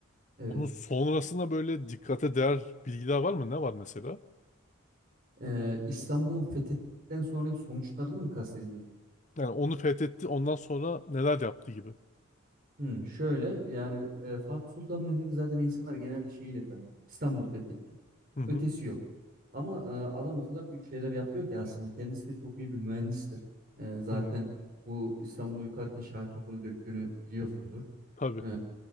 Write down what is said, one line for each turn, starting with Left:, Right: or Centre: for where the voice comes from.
Right: Evet.
Left: Onun sonrasında böyle dikkate değer bilgiler var mı? Ne var mesela?
Right: E, İstanbul'un fethinden sonraki sonuçlarını mı kastediyorsun?
Left: Yani onu fethetti ondan sonra neler yaptı gibi.
Right: Hmm, şöyle yani e, Fatih Sultan Mehmet'i zaten insanlar genelde şeyiyle tanıyor. İstanbul fethetti.
Left: Hı hı.
Right: Ötesi yok. Ama e, adam o kadar büyük şeyler yapıyor ki aslında kendisi de çok iyi bir mühendistir. E, zaten
Left: Hı.
Right: bu İstanbul'u yıkarken Şahit Okunu döktüğünü biliyorsundur.
Left: Tabii.
Right: E,